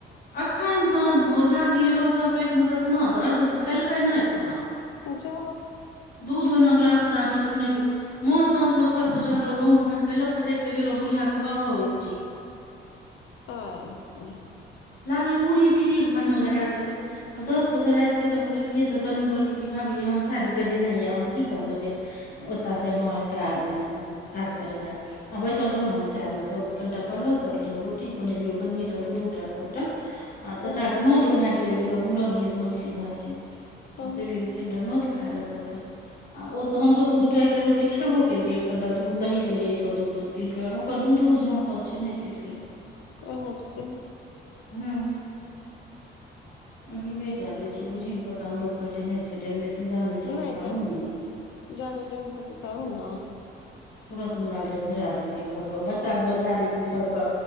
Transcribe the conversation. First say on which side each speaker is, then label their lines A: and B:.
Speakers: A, on the left; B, on the left.
A: अखन साँझमे ओझाजी एलऊ ओकरा पेटमे एतना दर्द खेलकै नय खाना
B: जा
A: दूध ओहिना गिलास मे राखल छै ओ नय पिलकै माँ साँझ में छत पर चढ़लो गहुँम फटकैले फटक के गेलहु बुढ़ियिया के ह ह उल्टी
B: अ तऽ
A: लागलै ऊढ़ी पीढ़ी घर मे लगा देलकै दस बजे रात क जब उठलियै तऽ तनू कहलकै कि भाभी हम कै दी कहलियै नय य अहाँ की कहबै जे ओतयसँ एलहुँ एतय काज करय लए आ बैसल रहु ने हम कए लेबै तब कनिटा परवल तरलियौ रोटी बनेलियो कनिए टा दू दू टाटा <inaudible> आ
B: हूँ
A: चाचा के नोत भए गेलै एक जगह मूड़न भेल मछली भात के
B: हूँ
A: ओ चेल गेलखिन रह नोत खायइ ल तऽ फेर आ ओऽ हमसभ तऽ दू टा एकटा रोटी खेबो केलियै कनिटा दू दही लेलियै ईसभ दूध दूध पीलकै ओकर दूधो झफल छै नय पीलकै
B: ओझा जी के
A: हूँ अजीबे कै दे छै बुझी ने पता लोक कहे छै नय छै डायन लेकिन जाने छै
B: नहि
A: किताबो
B: गे
A: ने
B: जाने दैत हेतै तय ओहना
A: तुरन्त मे लागलै उझरा देलकै घरके ओ बच्चा बलिहारी सबकऽ